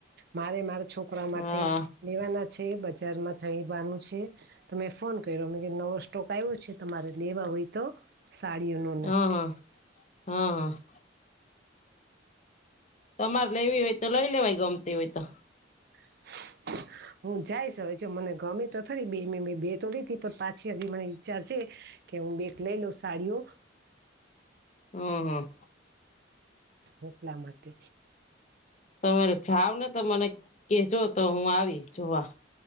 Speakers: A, on the right; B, on the left.
A: મારે મારા છોકરા માટે
B: હા
A: લેવાના છે બજારમાં છઈવાનું છે તમે ફોન કર્યો મે કે નવો સ્ટોક આવ્યો છે તમારે લેવા હોય તો સાડીઓનો ને
B: હા હા હા હા તમારે લેવી હોય તો લઈ લેવાય ગમતી હોય તો
A: <inaudible> હું જાઈશ હવે મને ગમે તો થરી બે મે બેતો લીધી પણ પાછી હજી મને વિચાર છે કે હું બેક લઈ લઉં સાડીઓ
B: હમ હમ
A: એટલા માટે
B: તમે જાવ ને તો મને કેજો તો હું આવીશ જોવા